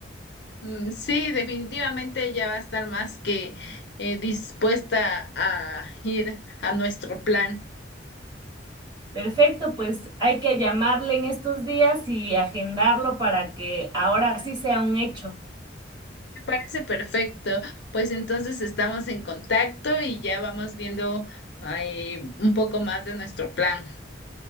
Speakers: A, on the left (about 65°); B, on the right (about 25°).
A: Mm, sí, definitivamente ya va a estar más que eh, dispuesta a ir a nuestro plan.
B: Perfecto, pues hay que llamarle en estos días y agendarlo para que ahora sí sea un hecho.
A: Parece perfecto. Pues entonces estamos en contacto y ya vamos viendo eh, un poco más de nuestro plan.